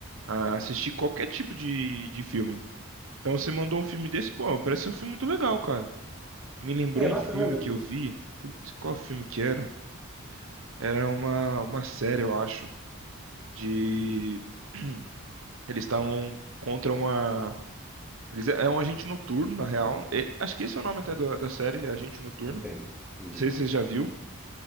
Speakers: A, on the right; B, in the centre.
A: a assistir qualquer tipo de, de filme. Então você mandou um filme desse, pô, parece ser um filme muito legal, cara. Me lembrou
B: É bacana.
A: um filme que eu vi. Putz, qual filme que era? Era uma, uma série, eu acho. de <clears throat> eles estavam contra uma eles é é um agente noturno na real. E- acho que esse é o nome até da, da série, é Agente Noturno.
B: É, entendi.
A: Não sei se você já viu,